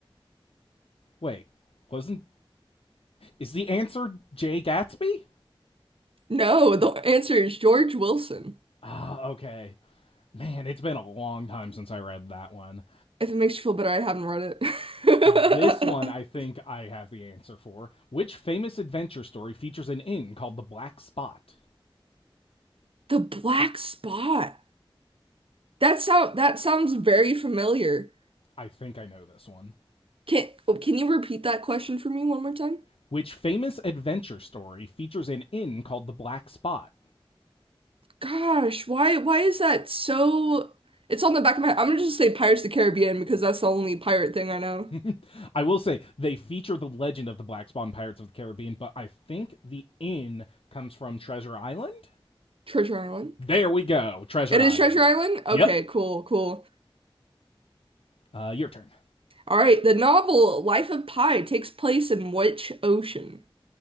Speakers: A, on the left; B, on the right.
A: Wait, wasn't is the answer Jay Gatsby?
B: No, the answer is George Wilson.
A: Ah, uh, okay. Man, it's been a long time since I read that one.
B: If it makes you feel better, I haven't read it.
A: This one, I think
B: <laughs>
A: I have the answer for. Which famous adventure story features an inn called the Black Spot?
B: The Black Spot. That sound that sounds very familiar.
A: I think I know this one.
B: Can oh, can you repeat that question for me one more time?
A: Which famous adventure story features an inn called the Black Spot?
B: Gosh, why why is that so? It's on the back of my. I'm gonna just say Pirates of the Caribbean because that's the only pirate thing I know.
A: <laughs> I will say they feature the legend of the Black Spot in Pirates of the Caribbean, but I think the inn comes from Treasure Island.
B: Treasure Island.
A: There we go, Treasure
B: It is
A: Island.
B: Treasure Island? Okay,
A: Yep.
B: cool, cool.
A: Uh, your turn.
B: All right, the novel Life of Pi takes place in which ocean?